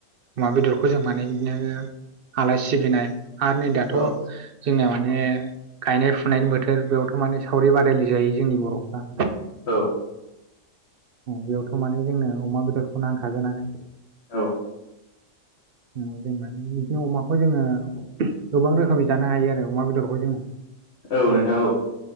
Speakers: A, on the right; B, on the left.
A: अमा बेदरखौ जों माने बिदिनो आलासि सिबिनाय आरो नै दाथ'
B: औ
A: जोंना माने गायनाय फुनायनि बोथोर बेयावथ' माने सावरि बादायलाय जायो जोंनि बर'फ्रा
B: औ।
A: बेयावथ' माने जोंनो अमा बेदरखौ नांखागोनानो
B: औ।
A: <inaudible> जों माने बिदिनो अमाखौ जोङो गोबां रोखोमनि जानो हायो आरो अमा बेदरखौ जोङो
B: औ नोंथां औ